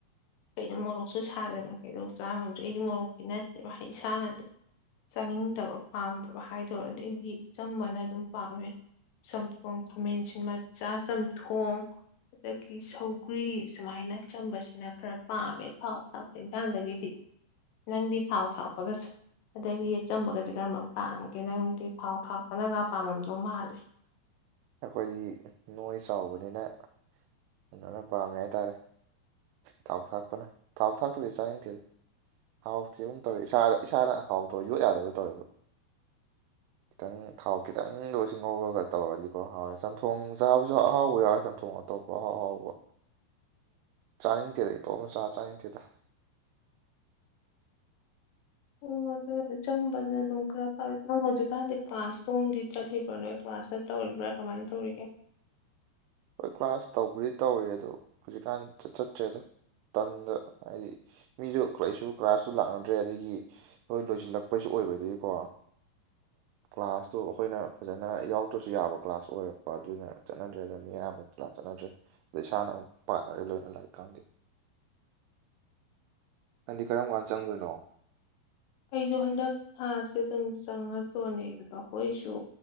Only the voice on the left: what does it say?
ꯑꯩꯅ ꯃꯣꯔꯣꯛꯁꯨ ꯁꯥꯗꯅ ꯀꯩꯗꯧ ꯆꯥ ꯉꯝꯗ꯭ꯔꯦ ꯑꯩꯗꯤ ꯃꯣꯔꯣꯛꯀꯤ ꯅꯠꯇꯦꯕ ꯑꯩꯗꯤ ꯏꯁꯥꯟꯅꯗꯕ ꯆꯥꯅꯤꯡꯗꯕ ꯄꯥꯝꯗꯕ ꯍꯥꯏꯗꯔ ꯑꯗꯨꯩꯗꯤ ꯑꯆꯝꯕꯅ ꯑꯗꯨꯝ ꯄꯥꯝꯃꯦ ꯁꯝꯊꯣꯡ ꯃꯦꯟꯁꯤꯟ ꯃ ꯆ ꯁꯝꯊꯣꯡ ꯑꯗꯒꯤ ꯁꯧꯒ꯭ꯔꯤ ꯁꯨꯃꯥꯏꯅ ꯆꯝꯕꯁꯤꯅ ꯈꯔ ꯄꯥꯝꯃꯦ ꯊꯥꯎ ꯆꯥꯛꯈ ꯍꯟꯥꯡꯗꯒꯤꯗꯤꯛ ꯅꯪꯗꯤ ꯊꯥꯎ ꯊꯥꯛꯞꯄꯒꯁ ꯑꯗꯒꯤꯆꯝꯕꯒꯗꯤ ꯀꯔꯝꯕ ꯄꯥꯝꯒꯦ ꯅꯪꯗꯤ ꯊꯥꯎ ꯊꯥꯛꯄꯅꯒ ꯄꯥꯝꯃꯝꯗꯧ ꯃꯥꯜꯂꯦ
ꯑꯣ ꯑꯗꯨ ꯆꯝꯕꯅ ꯑꯗꯨꯝ ꯈꯔ ꯐꯥꯋ ꯅ ꯍꯧꯖꯤꯛꯀꯥꯟꯗꯤ ꯀ꯭ꯂꯥꯁ ꯇꯣꯡꯗꯤ ꯆꯠꯂꯤꯕꯅꯅꯦ ꯀ꯭ꯂꯥꯁꯇ ꯇꯧꯔꯤꯕ꯭ꯔꯥ ꯀꯃꯥꯏꯅ ꯇꯧꯔꯤꯒꯦ
ꯑꯩꯗꯣ ꯍꯟꯗꯛ ꯊꯥꯁꯦ ꯑꯗꯨꯝ ꯆꯪꯒꯗꯣꯅꯦ ꯑꯗꯣ ꯑꯩꯈꯣꯏꯁꯨ